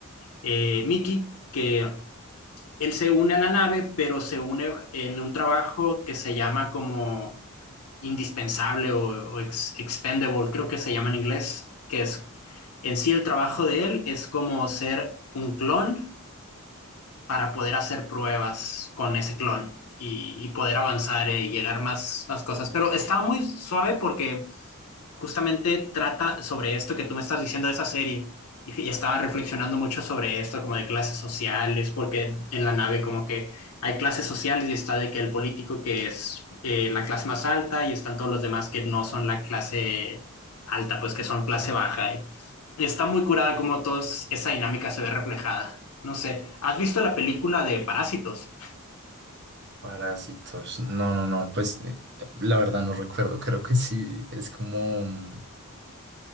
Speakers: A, on the left (about 80°); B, on the right (about 50°).
A: eh, Mickey, que él se une a la nave, pero se une en un trabajo que se llama como indispensable o, o ex- expendable, creo que se llama en inglés, que es en sí el trabajo de él es como ser un clon para poder hacer pruebas con ese clon y, y poder avanzar eh, y llegar más, más cosas. Pero estaba muy suave porque justamente trata sobre esto que tú me estás diciendo de esa serie. Y, estaba reflexionando mucho sobre esto, como de clases sociales, porque en la nave como que hay clases sociales y está de que el político que es eh, la clase más alta y están todos los demás que no son la clase alta, pues que son clase baja. Y está muy curada como todos esa dinámica se ve reflejada. No sé, ¿has visto la película de Parásitos?
B: Parásitos. No, no, no, pues eh, la verdad no recuerdo, creo que sí, es como... mm,